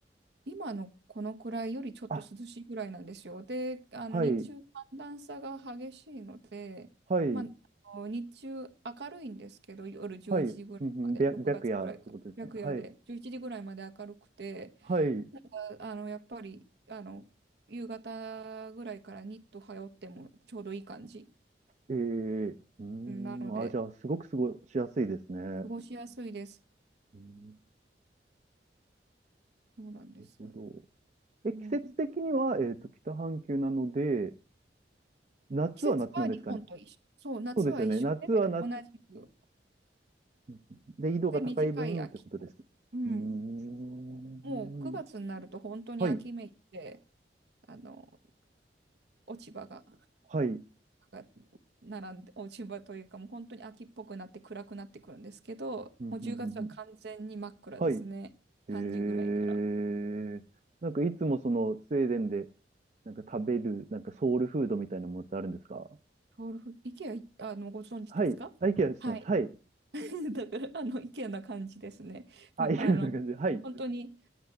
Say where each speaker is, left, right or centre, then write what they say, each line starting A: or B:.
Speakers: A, on the right; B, on the right.
A: 今のこのくらいよりちょっと涼しいぐらいなんですよ。
B: あ、
A: で、あの日中寒暖差が激しいので、
B: はい、はい、
A: まあ、あの日中明るいんですけど、夜11時ぐらいまで、
B: はい、うんうん、白白夜ってことですね。
A: 6月ぐらいから、白夜で11時ぐらいまで明るくて、
B: はい、はい、
A: ああのやっぱりあの夕方ぐらいからニット羽織ってもちょうどいい感じ
B: えー、うーん、
A: なので、
B: あ、じゃあ、すごく過ごしやすいですね。う
A: 過ごしやすいです。
B: ーん、
A: そうなんです。
B: なるほど。え、季節的には、
A: うん、
B: えっと、北半球なので、夏は夏なんですかね。
A: 季節は日本と一緒。そう、夏は一緒で、
B: そうですよね。夏は夏、
A: 同じく。
B: うんうんで、緯度が高い分ってことです。
A: で、短い秋子。うん。
B: うーん。
A: もう9月になると本当に秋めいて、
B: はい、
A: あの、落ち葉が、
B: はい、うん
A: が並んで、落ち葉というかもう本当に秋っぽくなって暗くなってくるんですけど、
B: うんうんうん
A: もう10月は完全に真っ暗ですね。
B: はい。へえ。
A: 3時ぐらいから。
B: なんかいつもそのスウェーデンでなんか食べるなんかソウルフードみたいなものってあるんですか
A: ソウルフ、イケア、あの、ご存知ですかはい。
B: はい。あ、イケアしてます。はい。
A: <laughs> だから、あの、イケアな感じですね。
B: あ、
A: みあの、
B: イケアな感じで。はい。
A: 本当に